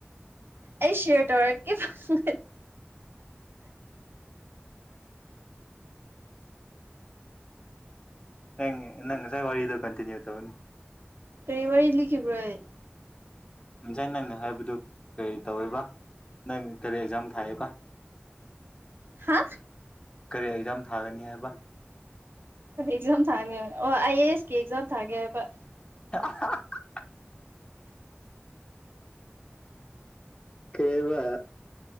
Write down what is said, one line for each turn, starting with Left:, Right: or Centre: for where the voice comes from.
Right: ꯑꯩ ꯁꯤꯔꯗꯔ ꯀ ꯐ <inaudible>
Left: ꯍꯉ ꯅꯪ ꯁꯥꯏ ꯋꯥꯔꯤꯣ ꯀꯟꯇꯤꯟꯅꯌꯨ ꯇꯧꯅꯤ
Right: ꯑꯦ ꯋꯥꯔꯤ ꯂ ꯀ ꯄꯨ꯭ꯔꯥꯏ
Left: ꯉꯁꯥꯏ ꯅꯪꯅ ꯍꯥꯏꯕꯗꯨ ꯀꯔꯤ ꯇꯧꯋꯦꯕ ꯅꯪ ꯀꯔꯤ ꯑꯦꯛꯖꯥꯝ ꯊꯥꯏꯑꯦꯕ <inaudible>
Right: ꯍꯥ
Left: ꯀꯔꯤ ꯑꯦꯛꯖꯥꯝ ꯊꯥꯒꯅꯤ ꯍꯥꯏꯕ
Right: ꯑꯩꯣꯏ ꯑꯦꯛꯖꯥꯝ ꯊꯥꯅꯤ ꯑꯣ ꯑꯥꯏ ꯑꯦ ꯑꯦꯁ ꯀ ꯑꯦꯛꯖꯥꯝ ꯊꯥꯒꯦ ꯍꯥꯏꯕ
Left: <inaudible> ꯀꯕ